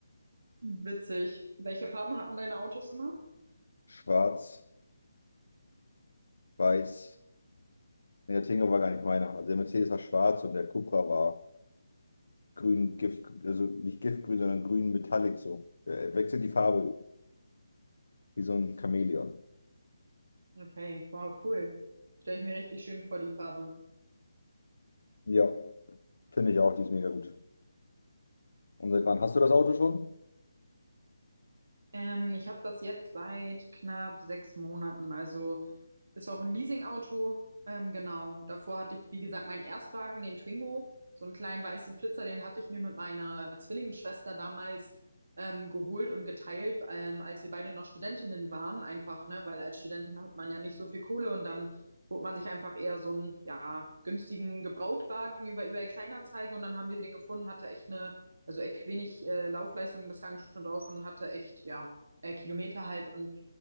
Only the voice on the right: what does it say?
Witzig. Welche Farben hatten deine Autos immer?
Mhm.
Okay, wow, cool. Stelle ich mir richtig schön vor, die Farbe.
Ähm, ich habe das jetzt seit knapp sechs Monaten. Also ist auch ein Leasingauto. Ähm, genau. Davor hatte ich, wie gesagt, meinen Erstwagen, den Twingo, so einen kleinen weißen Flitzer, den hatte ich mir mit meiner Zwillingsschwester damals ähm, geholt und geteilt, ähm, als wir beide noch Studentinnen waren. Einfach, ne, weil als Studentin hat man ja nicht so viel Kohle und dann holt man sich einfach eher so einen, ja, günstigen Gebrauchtwagen über eBay Kleinanzeigen und dann haben wir den gefunden, hatte echt eine also echt wenig äh, Laufleistung bislang schon drauf und hatte echt, ja, äh, Kilometer halt und